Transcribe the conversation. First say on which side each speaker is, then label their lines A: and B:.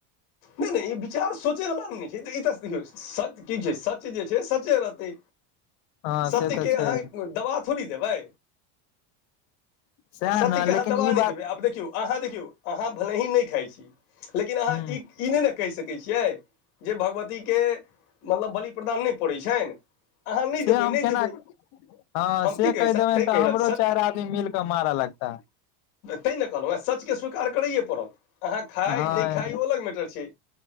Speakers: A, on the left; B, on the left.
A: नै नै ई विचार सोचै वला नै ने छै, ई त देखियौ सत्य की छै सत्य जे छै सचे रहतै,
B: हँ
A: सत्यके
B: से तऽ छै
A: अहाँ दबा थोड़ी देबै
B: सएह
A: आ सत्यके
B: ने लेकिन
A: अहाँ दवा
B: ई
A: नहि
B: बात
A: देबै आब देखियौ अहाँ देखियौ, अहाँ भले ही नै खाइ छी लेकिन अहाँ
B: ह
A: ई नै ने कहि सकैत छियै जे भगवतीके मतलब बलि प्रदान नै पड़ैत छनि। अहाँ नै
B: से
A: देबै
B: हम
A: नै
B: केना
A: देबै।
B: हँ
A: हम
B: से
A: की कही
B: कहि देबैन
A: तैँ
B: त
A: रहल
B: हमरो चारि आदमी मिल क मार लगता।
A: तैं ने कहलहुँ ए सचकेँ स्वीकार करैए पड़त, अहाँ खाइ
B: हँ
A: नै खाय ओ अलग मैटर छै।